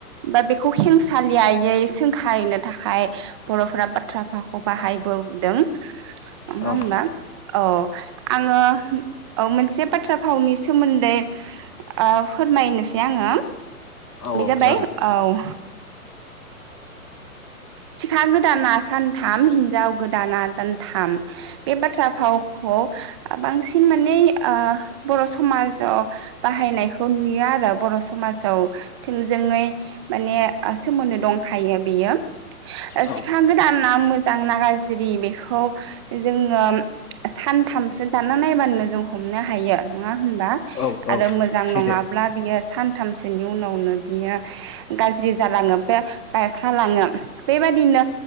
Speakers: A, on the right (about 20°); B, on the left (about 90°).
A: बा बेखौ हिेंसालियायै सोंखारिनो थाखाय बर'फोरा बाथ्रााखौ बाहायबोदों नङा
B: औ
A: होमा औ आङो औ मोनसे बाथ्रा फावनि सोमोन्दै आ फोरमायनोसै आङो
B: औ
A: बे जाबाय
B: जागोन
A: औ सिखा गोदाना सानथाम हिनजाव गोदाना दानथाम बे बाथ्रा फावखौ बांसिन आ माने बर' समाजाव बाहायनायखौ नुयो आरो बर' समाजाव थोंजोङै माने सोमोन्दो दंखायो बियो
B: औ
A: सिखा गोदाना मोजां ना गाज्रि बेखौ जोङो सानथामसो दाना नायबानोनो जों हमनो हायो नङा होनबा
B: औ औ
A: आरो मोजां
B: सैथो
A: नङाब्ला बियो सानथामसोनि उनावनो बियो गाज्रि जालाङो बे बायख्लालाङो बेबादिनो